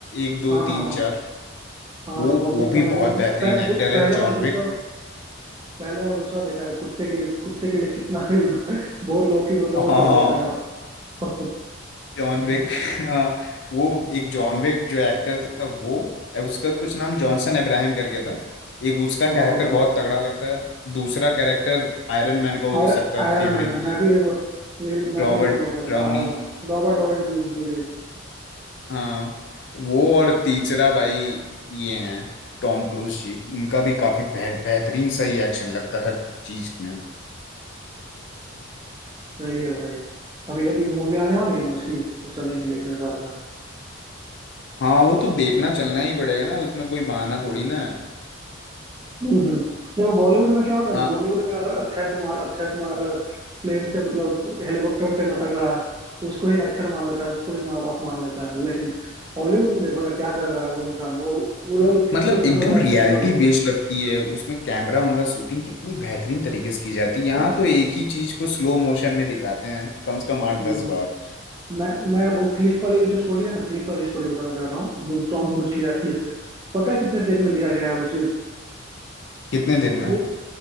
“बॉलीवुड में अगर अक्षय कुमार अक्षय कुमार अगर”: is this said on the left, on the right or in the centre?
Right